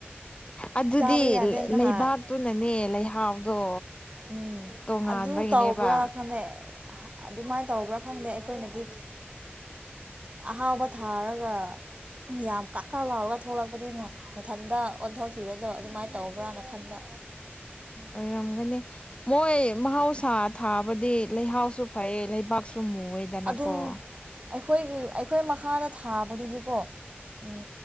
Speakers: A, on the left; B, on the right.
A: ꯑꯗꯨꯗꯤ
B: ꯆꯥꯕ ꯌꯥꯗꯦ ꯅꯍꯥꯟ
A: ꯂꯩꯕꯥꯛꯇꯨꯅꯅꯦ ꯂꯩꯍꯥꯎꯗꯣ
B: ꯎꯝ
A: ꯇꯣꯉꯥꯟꯕꯒꯤꯅꯦꯕ
B: ꯑꯗꯨ ꯇꯧꯕ꯭ꯔꯥ ꯈꯅꯦꯛ ꯑꯗꯨꯃꯥꯏꯅ ꯇꯧꯕ꯭ꯔꯥ ꯈꯪꯗꯦ ꯑꯩꯈꯣꯏꯅꯗꯤ ꯑꯍꯥꯎꯕ ꯊꯥꯔꯒ ꯌꯥꯝ ꯀꯥꯀꯥ ꯂꯥꯎꯔꯒ ꯊꯣꯛꯂꯛꯄꯅꯤꯅ ꯃꯊꯟꯇ ꯑꯣꯟꯊꯣꯛꯈꯤꯕꯗꯣ ꯑꯗꯨꯃꯥꯏꯅ ꯇꯧꯕ꯭ꯔꯅ ꯈꯟꯕ
A: ꯑꯣꯏꯔꯝꯒꯅꯤ ꯃꯣꯏ ꯃꯍꯧꯁꯥ ꯊꯥꯕꯗꯤ ꯂꯩꯍꯥꯎꯁꯨ ꯐꯩꯌꯦ ꯂꯩꯕꯥꯛꯁꯨ ꯃꯨꯑꯦꯗꯅꯀꯣ
B: ꯑꯗꯨꯝ ꯑꯩꯈꯣꯏꯒꯤ ꯑꯩꯈꯣꯏ ꯃꯈꯥꯗ ꯊꯥꯕꯗꯨꯗꯤꯀꯣ ꯎꯝ